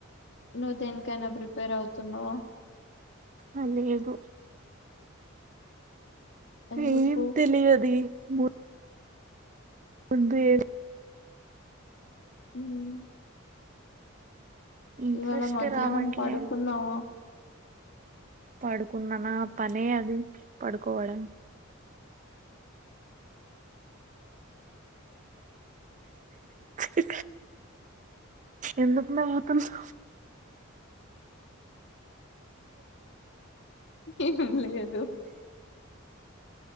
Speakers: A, on the left; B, on the right.
A: నువ్వు దేనికైనా ప్రిపేర్ అవుతున్నావ
B: అ లేేదు
A: ఎందుకు
B: ఏ తెలియాది ము ఉర్దూ ఏ
A: ఉమ్
B: ఇంట్రెస్ట్
A: ఇవాళ మధ్యాహ్నం
B: రావట్లే
A: పడుకున్నావా
B: పడుకున్నాన పనే అది పడుకోవడం చె ఎందుకు నవ్వుతున్నవ్వ్
A: ఏం లేదు